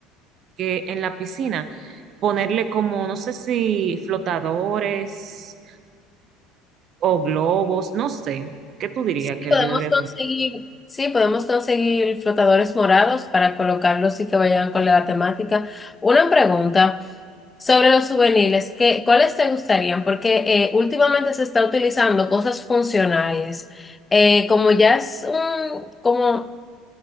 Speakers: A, on the right; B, on the left.
A: que en la piscina ponerle como, no sé si flotadores o globos, no sé, ¿qué tú dirías que
B: Y podemos
A: yo debería
B: conseguir,
A: poner?
B: sí, podemos conseguir flotadores morados para colocarlos y que vayan con la temática. Una pregunta. Sobre los juveniles, ¿qué, cuáles te gustarían? Porque eh, últimamente se está utilizando cosas funcionales. Eh, como ya es un, como,